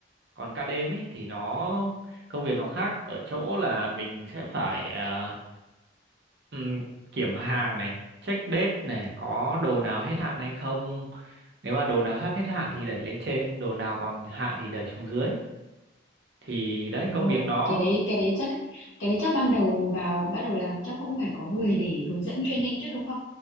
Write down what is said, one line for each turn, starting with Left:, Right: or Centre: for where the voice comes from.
Right: còn ca đêm ý thì nó công việc nó khác ở chỗ là mình sẽ phải à, ừm, kiểm hàng này check date này có đồ nào hết hạn hay không nếu mà đồ nào sắp hết hạn thì đẩy lên trên đồ nào còn hạn thì đẩy xuống dưới thì đấy
Left: Đúng
Right: công
Left: rồi,
Right: việc nó
Left: cái đấy cái đấy chắc cái đấy chắc ban đầu vào bắt đầu làm chắc cũng phải có người để hướng dẫn training chứ đúng không?